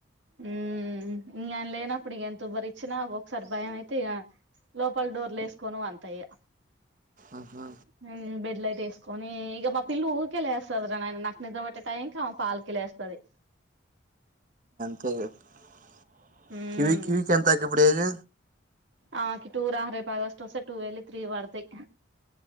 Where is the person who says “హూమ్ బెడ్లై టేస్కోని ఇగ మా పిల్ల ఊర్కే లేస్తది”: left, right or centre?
Right